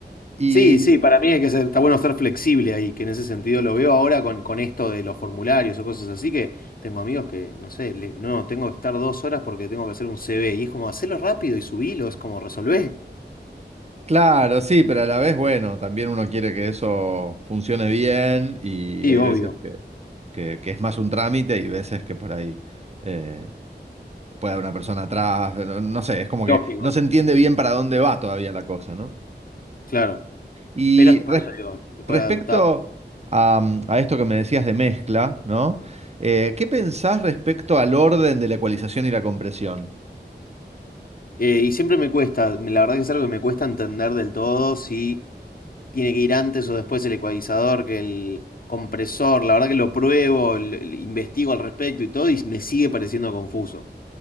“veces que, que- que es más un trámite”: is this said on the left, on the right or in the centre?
Right